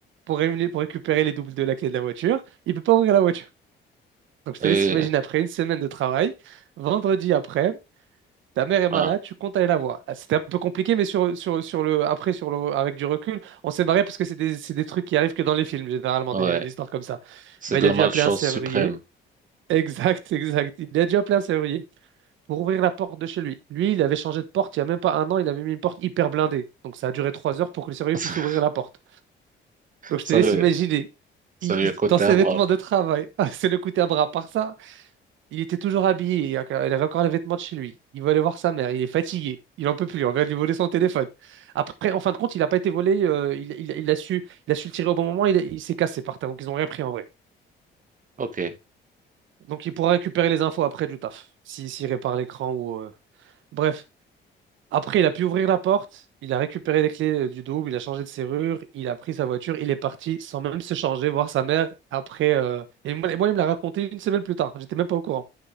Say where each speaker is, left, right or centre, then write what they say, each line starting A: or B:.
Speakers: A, on the right; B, on the right.
A: pour, rémunérer- pour récupérer les doubles de la clé de la voiture, il peut pas ouvrir la voiture. Donc je
B: Et,
A: te laisse imaginer après une semaine de travail, vendredi après, ta mère est
B: ah,
A: malade, tu comptes aller la voir. Ah, C'était un peu compliqué, mais sur, sur, sur le, après, sur le, avec du recul, on s'est marré parce que c'est des, c'est des trucs qui arrivent que dans les films, généralement,
B: ouais,
A: des, des histoires comme ça.
B: c'est
A: Ben,
B: de
A: il
B: la
A: a dû
B: malchance
A: appeler un serrurier.
B: suprême.
A: <laughs> Exact, exact. Il a dû appeler un serrurier pour ouvrir la porte de chez lui. Lui, il avait changé de porte il n'y a même pas un an, il avait mis une porte hyper blindée. Donc ça a duré trois heures pour que le surveillant
B: <laughs>
A: puisse ouvrir la porte. Donc je
B: Ça
A: te laisse
B: lui,
A: imaginer.
B: ça
A: Il-
B: lui
A: il-
B: a coûté
A: dans ses
B: un bras.
A: vêtements de travail, <laughs> c'est le coup à bras. Par ça, il était toujours habillé. Il a- il avait encore les vêtements de chez lui. Il veut aller voir sa mère. Il est fatigué. Il en peut plus. On vient de lui voler son téléphone. Après, en fin de compte, il n'a pas été volé. euh, il, il- il a su, il a su le tirer au bon moment. Il, il s'est cassé par terre. Donc ils n'ont rien pris en vrai.
B: Ok,
A: Donc il pourra récupérer les infos après du taf. Si, s'il répare l'écran ou. euh, Bref. Après, il a pu ouvrir la porte, il a récupéré les clés euh, du double, il a changé de serrure, il a pris sa voiture, il est parti sans même se changer, voir sa mère après. euh, Et moi, et moi, il me l'a raconté une semaine plus tard, j'étais même pas au courant.